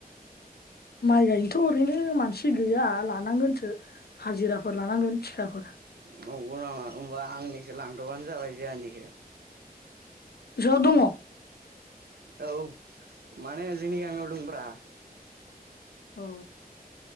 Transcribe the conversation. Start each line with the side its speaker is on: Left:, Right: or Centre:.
Left: माइ गायनोथ' ओरैनो मानसि गैया लानांगोनसो हाजिराफोर लानांगोन थिखाफोर।
Right: नंगौ नामा होमबा आंनिखौ लांथ'बानो जाबाय जोंहानिखो।
Left: ज' दङ?
Right: औ माने जोंनि गामियाव दंब्रा।
Left: अ